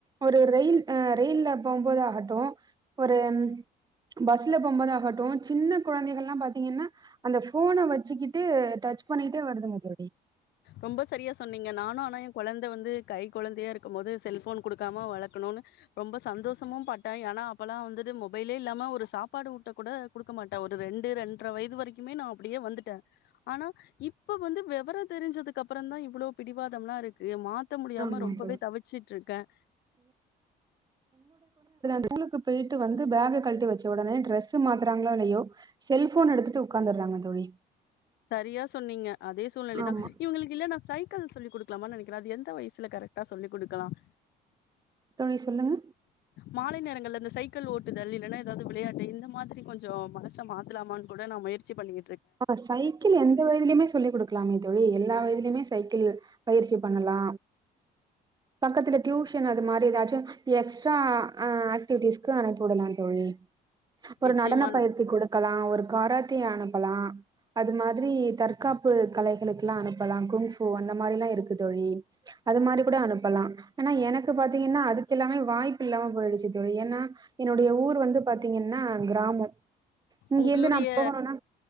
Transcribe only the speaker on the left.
ரொம்ப சரியா சொன்னீங்க. நானும் ஆனா என் குழந்தை வந்து கை குழந்தையா இருக்கும் போது செல்ஃபோன் கொடுக்காம வளர்க்கணுன் ரொம்ப சந்தோஷமும் பட்ட ஏன அப்பல்லா வந்துட்டு மொபைலே இல்லாம ஒரு சாப்பாடு ஊட்ட கூட குடுக்க மாட்டே ஒரு ரெண்டு ரெண்டரை வயது வரைக்குமே நா அப்டியே வந்துட்டே ஆனா இப்ப வந்து விவர தெரிஞ்சதுக்கு அப்புற தா இவ்ளோ பிடிவாதம்லா இருக்கு எ மாத் த்த முடியாம
ரொம்பவே
தவிச்சுட்டு இருக்கேன்
சரியா சொன்னீங்க அதே சூழ்நிலைதா
இவுங்களுக்கு இல்லனா சைக் கிள் சொல்லி் கொடுக்கலாம்மா நனைக்கறே அது எந்த வயசுல கரெட்டா சொல்லி கொடுக்கலாம்
மாலை நேரங்கள்ள அந்த சைக்கிள் ஓட்டுதல் இல்லன்னா ஏதாவது விளையாட்டு இந்த மாதிரி கொஞ்சம் மனச மாத்தலாமான் கூட நா முயற்சி பண்ணிட்
நிச்சயமா
நா
உங்களுடைய